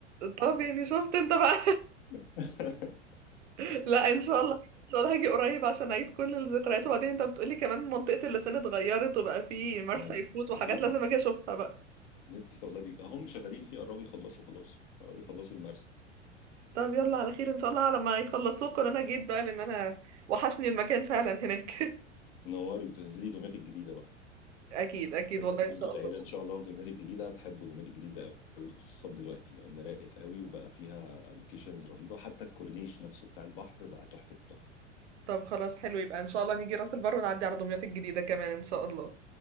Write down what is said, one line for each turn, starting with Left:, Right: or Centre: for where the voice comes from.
Right: طب يعني شفت انت بقى
Left: <laughs>
Right: <laughs> لا ان شاء الله ان شاء الله هاجي قريب عشان اعيد كل الذكريات وبعدين انت بتقولي كمان منطقة اللسان اتغيرت وبقى في مرسى
Left: اه لا
Right: يفوت وحاجات
Left: رهيبه
Right: لازم اجي اشوفها بقى
Left: لسه والله بي... هم شغالين فيه قربوا يخلصوا خلاص قربوا يخلصوا المرسى
Right: طب يلا على خير ان شاء الله على ما يخلصوك وانا جيت بقى لان انا وحشني المكان فعلا هناك <laughs>
Left: تنوري وتنزلي دومات الجديده بقى
Right: اكيد اكيد
Left: لازم
Right: والله
Left: كنتوا
Right: ان شاء الله
Left: العيله ان شاء الله في دومات الجديده هتحبوا دومات الجديده قوي خصوصا دلوقتي لان راقت قوي وبقى فيها لوكيشنز رهيبه حتى الكورنيش نفسه بتاع البحر بقى تحفه التحفه
Right: طب خلاص حلو يبقى ان شاء الله نيجي راس البر ونعدي على دمياط الجديدة كمان ان شاء الله